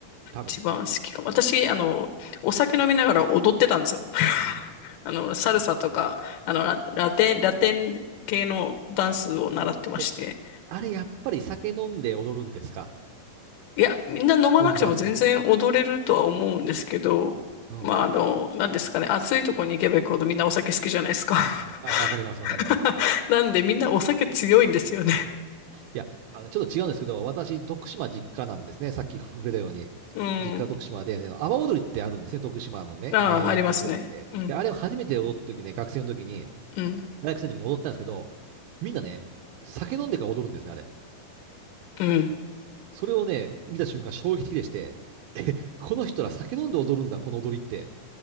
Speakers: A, on the right (about 80°); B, on the left (about 75°).
A: 多分。
B: 一番好きかも。私、あの、お酒飲みながら踊ってたんですよ。<laughs> あの、サルサとか、
A: ですか
B: あの、ラ、
A: おー
B: ラテン、ラテン系のダンスを習ってまして。
A: え、あれやっぱり酒飲んで踊るんですか
B: いや、みんな飲まなくても全然踊れるとは思うんですけど、
A: 本場っていうか。うん。
B: まあ、あの、なんですかね、暑いとこに行けば行くほどみんなお酒好きじゃないですか。
A: あ、わかります、わかります。
B: <laughs> なんでみんなお酒強いんですよね。
A: いや、あの、ちょっと違うんですけど、私、徳島実家なんですね。さっき触れたように。
B: うん。
A: 実家徳島で、で、阿波踊りってあるんですね。徳島のね、
B: ああ、
A: 名物踊りで。
B: ありますね。うん、
A: で、あれを初めて踊った時ね、学生の時に、
B: うん、
A: 大学生の時に踊ったんですけど、みんなね、酒飲んでから踊るんですね、あれ。
B: うん、
A: それをね、見た瞬間衝撃的でして、え、この人ら酒飲んで踊るんだ、この踊りって。